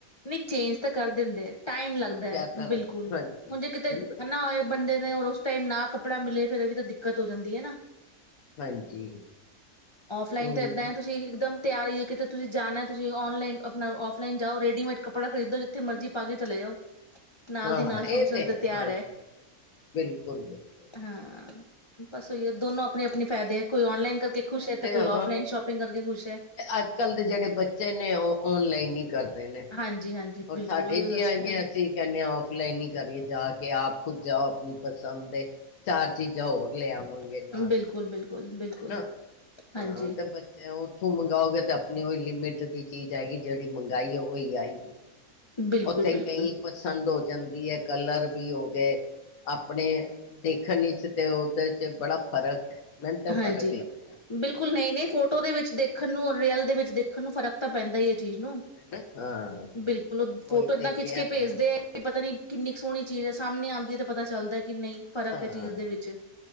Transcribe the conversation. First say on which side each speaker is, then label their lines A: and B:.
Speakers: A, on the left (about 35°); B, on the left (about 75°).
A: ਨਹੀਂ ਚੇਂਜ ਤਾਂ ਕਰ ਦਿੰਦੇ ਟਾਈਮ ਲੱਗਦਾ ਹੈ
B: ਜ਼ਿਆਦਾ ਲੱਗਦਾ
A: ਬਿਲਕੁਲ
B: ਹਾਂਜੀ
A: ਹੁਣ ਜੇ ਕਿਤੇ ਜਾਣਾ
B: ਹਨਾ
A: ਹੋਏ ਬੰਦੇ ਉਸ ਟਾਈਮ ਨਾ ਕੱਪੜਾ ਮਿਲੇ ਫੇਰ ਇਹ ਵੀ ਤਾਂ ਦਿੱਕਤ ਹੋ ਜਾਂਦੀ ਹੈ ਨਾ <unintelligible>
B: ਹਾਂਜੀ
A: ਔਫਲਾਈਨ
B: ਉਹੀ
A: ਤਾਂ ਏਦਾਂ
B: ਨਾ
A: ਹੈ ਤੁਸੀਂ ਇਕਦਮ ਤਿਆਰੀ ਹੈ ਕਿਤੇ ਤੁਸੀਂ ਜਾਣਾ ਤੁਸੀਂ ਔਨਲਾਈਨ ਆਪਣਾ ਔਫਲਾਈਨ ਜਾਓ ਰੇ ਰੇਡੀਮੇਡ ਕੱਪੜਾ ਖਰੀਦੋ ਜਿੱਥੇ ਮਰਜ਼ ਪਾ ਕੇ ਚਲੇ ਜਾਓ। ਨਾਲ
B: ਹਾਂ
A: ਦੀ ਨਾਲ
B: ਇਹ
A: ਫੰਕਸ਼ਨ
B: ਤੇ ਹੈ
A: ਤਿਆਰ
B: ਹਾਂਜੀ ਹਾਂਜੀ ਬਿਲਕੁਲ ਬਿਲਕੁਲ
A: ਹਾਂ ਬਸ ਉਹੀਏ ਦੋਨੋ ਆਪਣੇ ਆਪਣੇ ਫਾਇਦੇ ਕੋਈ ਔਨਲਾਈਨ ਕਰਕੇ ਖੁਸ਼
B: ਐ
A: ਹੈ
B: ਤੇ
A: ਤਾਂ ਕੋਈ
B: ਆਂ
A: ਔਫਲਾਈਨ ਸ਼ੋਪਿੰਗ ਕਰਕੇ ਖੁਸ਼ ਹੈ
B: ਅੱਜ ਕੱਲ ਦੇ ਜਿਹੜੇ ਬੱਚੇ ਨੇ ਉਹ ਓਨਲਾਈਨ ਹੀ <unintelligible>
A: ਹਾਂਜੀ ਹਾਂਜੀ
B: ਹੋਰ
A: ਬਿਲਕੁਲ
B: ਸਾਡੇ
A: ਉਹੀਓ
B: ਜੀ
A: ਦੱਸ
B: ਆਂਗੇ
A: ਰਹੀ
B: ਅਸੀਂ ਕਹਿੰਦੇ ਹਾਂ ਔਫਲਾਈਨ ਹੀ ਕਰੀਏ ਜਾ ਕੇ ਕਿ ਆਪ ਖੁਦ ਜਾਓ ਆਪਣੀ ਪਸੰਦ ਦੇ ਚਾਰ ਚੀਜ਼ਾਂ ਹੋਰ ਲਿਆਵ ਮੰਗੇ
A: ਹਾਂ
B: ਨਾਲ
A: ਬਿਲਕੁਲ ਬਿਲਕੁਲ ਬਿਲਕੁਲ
B: ਹਨਾ
A: ਹਾਂਜੀ
B: ਹਾਂ ਤੇ ਬੱਚੇ ਉੱਥੋਂ ਮੰਗਓਗੇ ਤੇ ਨਹੀ ਉਹੀ ਲਿਮਿਟ ਦੀ ਚੀਜ਼ ਆਏਗੀ ਜਿਹੜੀ ਮੰਗਾਈ ਉਹੀ ਆਏਗੀ।
A: ਬਿਲਕੁਲ
B: ਉੱਥੇ ਕਈ
A: ਬਿਲਕੁਲ
B: ਪਸੰਦ ਹੋ ਜਾਂਦੀ ਹੈ ਕਲਰ ਵੀ ਹੋ ਗਏ ਆਪਣੇ ਦੇਖਣ ਵਿਚ ਤੇ ਉਹਦੇ ਚ ਬੜਾ ਫ਼ਰਕ ਹੈ। ਮੈਨੂੰ ਤਾਂ ਫ਼ਰਕ
A: ਹਾਂਜੀ
B: ਲੱਗਦਾ
A: ਬਿਲਕੁਲ ਨਹੀਂ ਨਹੀਂ ਫੋਟੋ ਦੇ ਵਿੱਚ ਦੇਖਣ ਨੂੰ ਰੇਅਲ ਦੇ ਵਿੱਚ ਦੇਖਣ ਨੂੰ ਫਰਕ ਤਾਂ ਪੈਂਦਾ ਏ। ਚੀਜ਼ ਨੂੰ
B: ਹਨਾ ਹਾਂ
A: ਬਿਲਕੁਲ ਉਹ
B: ਉਹੀ
A: ਫੋਟੋ ਏਦਾਂ
B: ਤੇ ਕਿਹਾ
A: ਖਿੱਚ ਕੇ
B: ਮੈਂ
A: ਭੇਜਦੇ ਆ ਪਤਾ ਨੀ ਕਿੰਨੀ ਕੁ ਸੋਹਣੀ ਚੀਜ਼ ਹੈ ਸਾਹਮਣੇ ਆਉਂਦੀ ਹੈ ਤਾਂ ਪਤਾ ਚੱਲਦਾ। ਕਿ ਨਹੀਂ ਫ਼ਰਕ
B: ਹਾਂ
A: ਹੈ ਚੀਜ਼ ਦੇ ਵਿੱਚ